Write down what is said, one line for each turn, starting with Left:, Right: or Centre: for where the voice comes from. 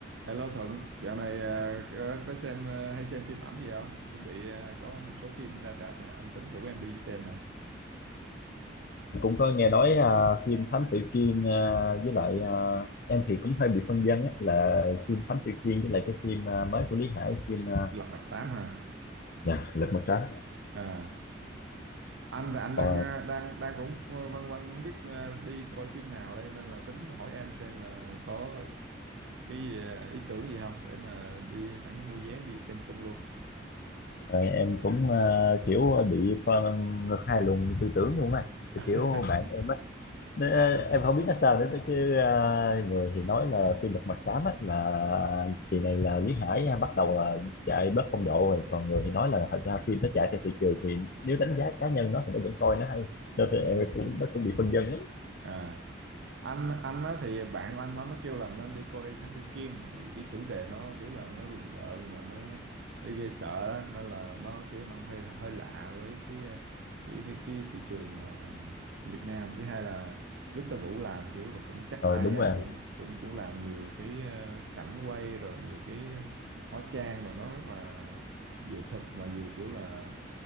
Right: Hello Thuận, dạo này à, có, có xem à, hay xem phim ảnh gì không? Chuẩn bị à, có một số phim ra rạp này, anh tính rủ em đi xem này.
Left: cũng có nghe nói à, phim Thám Tử Kiên à, với lại à, em thì cũng hơi bị phân vân á, là phim Thám Tử Kiên với lại cái phim à, mới của Lý Hải phim à,
Right: Lật Mặt tám hả?
Left: dạ, Lật Mặt Trắng
Right: À, anh thì anh
Left: Ờ,
Right: đang à, đang đang cũng văn văn không biết à, đi coi phim nào đây nên là tính hỏi em xem là có cái à, ý tưởng gì không để mà đi sẵn mua vé đi xem chung luôn.
Left: ờ, em cũng à, kiểu bị phân hai luồng tư tưởng luôn á thì
Right: <laughs>
Left: kiểu bạn em Nên, ờ, em không biết nó sao nữa chứ ờ, người thì nói là phim Lật Mặt Tám á, là kỳ này là Lý Hải bắt đầu là chạy bớt phong độ rồi còn người thì nói là thật ra phim nó chạy theo thị trường thì nếu đánh giá cá nhân nó thì nó vẫn coi nó hay nên là
Right: Ừ,
Left: em cũng
Right: ừ.
Left: nó cũng bị phân vân lắm
Right: À, anh anh á, thì bạn của anh nó nó kêu là nên đi coi Thám Tử Kiên vì cái chủ đề nó kiểu là nó rùng rợn là nó nó ghê sợ đó nên là nó kiểu nó hơi hơi lạ với cái cái cái, cái thị trường ờ, Việt Nam thứ hai là Victor Vũ làm kiểu là cũng chắc
Left: rồi
Right: tay
Left: đúng
Right: á
Left: rồi em
Right: cũng cũng cũng làm nhiều cái ờ, cảnh quay rồi nhiều cái hóa trang rồi nó rất là vừa thực mà vừa kiểu là